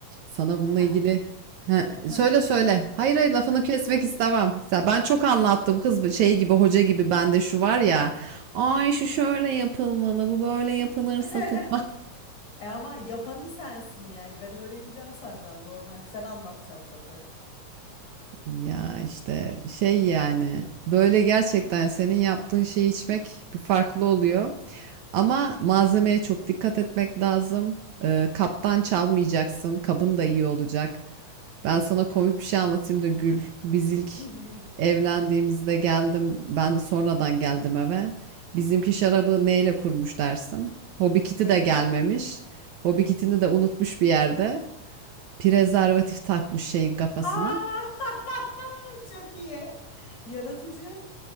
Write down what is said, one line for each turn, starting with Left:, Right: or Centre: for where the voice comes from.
Right: Sana
Left: Yani
Right: bununla
Left: her...
Right: ilgili He,
Left: Heh.
Right: söyle söyle. Hayır hayır lafını kesmek istemem. Ya ben çok anlattım kız şey gibi hoca gibi bende şu var ya. Ay şu şöyle yapılmalı, bu böyle yapılırsa
Left: <laughs>
Right: tut.
Left: E ama yapanı sensin yani. Ben öğreneceğim senden normal. Sen anlatacaksın tabii.
Right: Ya işte şey yani böyle gerçekten senin yaptığın şeyi içmek bir farklı oluyor. Ama malzemeye çok dikkat etmek lazım. Ee, kaptan çalmayacaksın. Kabın da iyi olacak. Ben sana komik bir şey anlatayım da gül. Biz ilk
Left: Hmm.
Right: evlendiğimizde geldim. Ben sonradan geldim eve. Bizimki şarabı neyle kurmuş dersin? Hobi kiti
Left: <laughs> Neyle?
Right: de gelmemiş. Hobi kitini de unutmuş bir yerde. Prezervatif takmış şeyin kafasına.
Left: Aa! <laughs> Çok iyi. Yaratıcı,